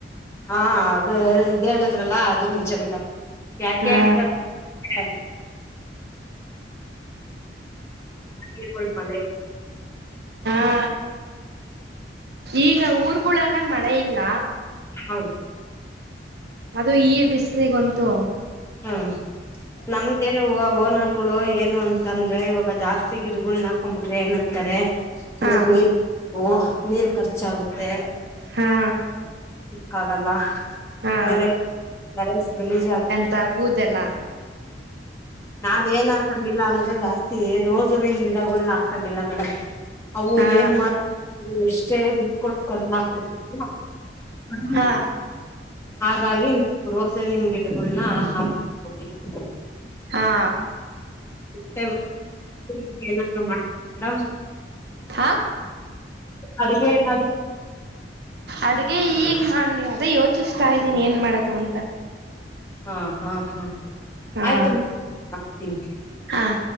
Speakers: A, on the left; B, on the right.
A: ಹಾ ಅದು ಇದ್ ಹೇಳದ್ರಲ್ಲ ಅದು ನಿಜ ಮೇಡಮ್. ಯಾಕೆ
B: ಹಾ
A: ಅಂತ್ ಅಂ ದ್ರೆ <unintelligible> ಮನೇಲಿ
B: ಹಾ, ಈಗ ಊರ್ಗುಳಲ್ಲೇ ಮಳೆ ಇಲ್ಲ.
A: ಹಂ.
B: ಅದು ಈ ಬಿಸ್ಲಿಗಂತು
A: ಹ್ಮ, ನಮ್ಗೆ ಓ ಓನರ್ಗುಳು ಏನು ಅಂತಂದ್ರೆ ಇವಾಗ ಜಾಸ್ತಿ ಗಿಡಗುಳ್ನ ಹಾಕೊಂಬಿಟ್ರೆ ಏನಂತಾರೆ
B: ಹಾ
A: ಇವತ್ ನೀರ್ <unintelligible> ನೀಲ್ <unintelligible> ಚಾಗುತ್ತೆ.
B: ಹಾ
A: ಕಾಗಲ್ಲ.
B: ಹಾ
A: ಆಮೇಲೆ ನರೇನ್ಸ್ ಗಲೀಜ್ ಆ
B: ತ ವುದೆಲ್ಲ.
A: ನಾವ್ ಏನ್ ಹಾಕೊಂಡಿಲ್ಲ ಅಂದ್ರೆ ಜಾಸ್ತಿ ರೋಜ ಹೂವಿನ್ ಗಿಡಗಳನ್ನ ಹಾಕೊಂಡಿಲ್ಲ ಮೇಡಮ್. ಅವು
B: ಹಾ
A: ಏನ್ ಮಾಡ <unintelligible> ಎಷ್ಟೇ ದುಡ್ ಕೊಟ್ಟು <unintelligible> ಬಂದಿಲ್ಲ.
B: ಹಾ
A: ಹಾಗಾಗಿ ರೋಸೆ ಹೂವಿನ್ ಗಿ ಡಗೊಳ್ನ ಹಾಕ್ <unintelligible>
B: ಹಾ
A: ಮತ್ತೆ <unintelligible> ಏನಾದ್ರು <unintelligible> ಮೇಡಂ
B: ಹಾ
A: ಅಡ್ಗೆ ಏನಾದ್ರು
B: ಅಡ್ಗೆ ಈಗ್ ಮಾಡ್ಲ್ನಿ ಅದೇ ಯೋಚಿಸ್ತಾ ಇದ್ದೀನಿ ಏನ್ ಮಾಡದು ಅಂತ.
A: ಅ ಹಾ ಹ್ <unintelligible>
B: ಹಾ
A: ಮಾ ತಿನ್.
B: ಹಾ